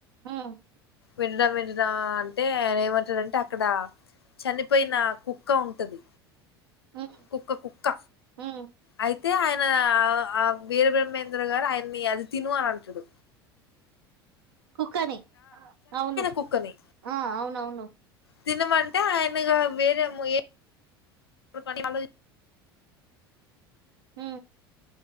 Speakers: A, on the right (about 65°); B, on the left (about 80°).
A: ఉమ్
B: వింటడా వినడా అంటె అయనేమంటడంటే. అక్కడా చనిపోయిన కుక్క ఉంటది
A: ఉమ్
B: కుక్క కుక్క
A: ఉమ్
B: అయితే ఆయన ఆ వీర బ్రహ్మేంద్ర ఆయన్ని అది తిను అంటడు
A: కుక్కని అవును
B: కుక్కని
A: ఆ అవునవును
B: తినమంటే ఆయనగా వేరేమో ఏ మళ్ళి అలోచించి
A: మ్